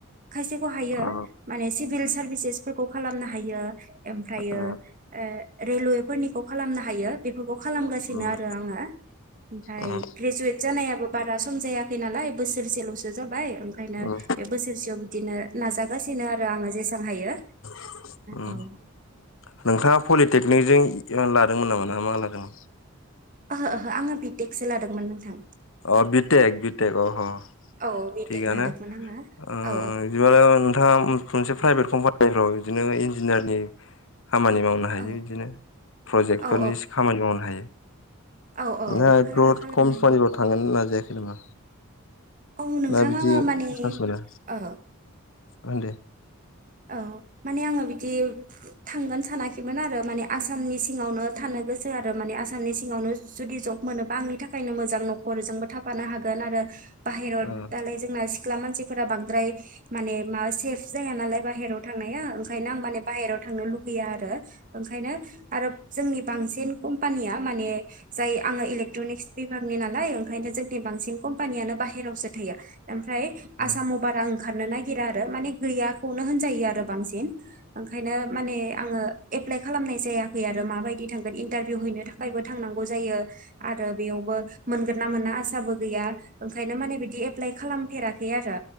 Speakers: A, on the right; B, on the left.
A: खायसेखौ हायो
B: अ
A: माने सिभिल सार्भिसेस फोरखौ खालामनो हायो। ओमफ्रायो
B: ओ
A: ओ रेलवे फोरनिखौ खालामनो हायो बे फोरखौ खालामगासिनो
B: उम
A: आरो आङो ओमफ्राय
B: उम
A: ग्रेजुवेट जानायाबो बारा सम जायाखै नालाय बोसोरसेल'सो जादों बाय ओंखायनो
B: उम
A: बे बोसोरसेयाव बिदिनो नाजागासिनो आरो आङो जेसां हायो
B: ओम
A: औ ओहो
B: नोंथाङा पलिटेक् निजों लादोंमोन नामा नोंहा मा लादों?
A: ओहो ओहो आङो बिटेकसो लादोंमोन नोंथां
B: अ बिटेक बिटेक अह
A: औ बिटेक
B: थिगनो
A: लादोंमोन आङो
B: बिदिबालाय
A: औ
B: नोंथाङा मोनसे प्राइभेट कम्पा निफ्राव बिदिनो इन्जिनियारनि खामानि मावनो हायो
A: औ
B: बिदिनो प्रजेक्टफोरनि
A: औ
B: खामानि मावनो हायो।
A: औ औ
B: ना <unintelligible>
A: खालामनो
B: खमपानिफ्राव
A: हायो
B: थांगोन नाजायाखै नामा?
A: औ नोंथां
B: ना बिदि
A: आङो माने
B: चान्स मोना
A: औ
B: होनदो
A: औ माने आङो बिदि थांगोन सानाखै। आरो माने आसामनि सिङावनो थानो गोसो आरो माने आसामनि सिङावनो जुदि जब मोनोबा आंनि थाखायनो मोजां नखरजोंबो थाफानो हागोन आरो। बाहेरायाव
B: औ
A: दालाय जोंना सिख्ला मानसिफोरा बांद्राय माने माबा सेफ जाया नालाय बाहेरायाव थांनाया ओंखायनो आं माने बाहेराव थांनो लुुबैया आरो ओंखायनो आरो जोंनि बांसिन कम्पानिया माने जाय आङो इलेकट्रनिक्स बिभागनि नालाय ओंखायनो बांसिन कम्पानियानो बाहे रावसो थायो। ओमफ्राय
B: औ
A: आसामाव बारा ओंखारनो नागिरा आरो माने गैयाखौनो होनजायो आरो बांसिन ओंखायनो माने आङो एप्लाइ खालामनाय जायाखै आरो माबायदि थांगोन इन्टारभिउ हैनो थाखायबो थांनां गौ जायो आरो बेयावबो मोनोन ना मोना आसाबो गैया। नो माने बिदि एप्लाइ खालामफेराखै आरो